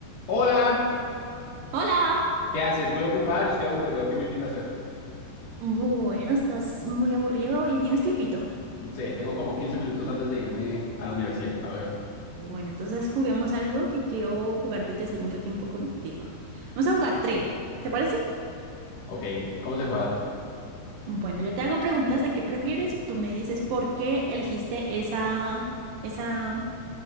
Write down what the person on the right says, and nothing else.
Hola.
Bueno, estás muy aburrido y tienes tiempito.
Bueno, entonces juguemos algo que quiero jugar desde hace mucho tiempo contigo. Vamos a jugar trivia, ¿te parece?
Bueno, yo te hago preguntas de qué prefieres y tú me dices por qué elegiste esa, esa,